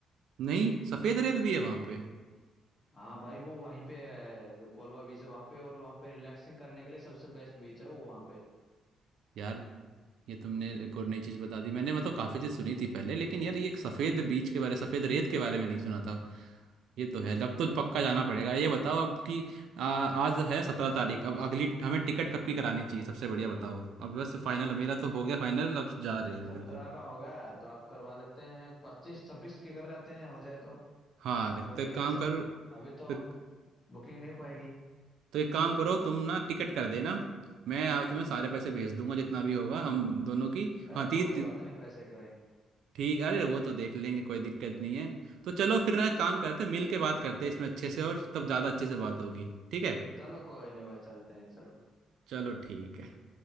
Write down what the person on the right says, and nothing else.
नहीं सफेद रेत भी है वहां पे
यार ये तुमने एक और नई चीज बता दी मैंने मतलब काफी चीज सुनी थी पहले लेकिन यार ये एक सफेद बीज के बारे सफेद रेत के बारे में नहीं सुना था ये तो है अब तो पक्का जाना पड़ेगा ये बताओ अब कि आ, आज है सत्रह तारीख अब अगली हमें टिकट कब की करानी चाहिए सबसे बढ़िया बताओ अब बस फाइनल मेरा तो हो गया फाइनल अब जा रहे हैं
बिल्कुल
हाँ
एक तो एक
काम
करो
तो, तो
एक काम करो तुम ना टिकट कर देना मैं आ- तुम्हें सारे पैसे भेज दूंगा जितना भी होगा हम दोनों की हाँ
तीन
ठीक अरे वो तो देख लेंगे कोई दिक्कत नहीं है तो चलो फिर ना एक काम करते हैं मिल के बात करते हैं इसमें अच्छे से और तब ज़्यादा अच्छे से बात होगी ठीक है
चलो ठीक है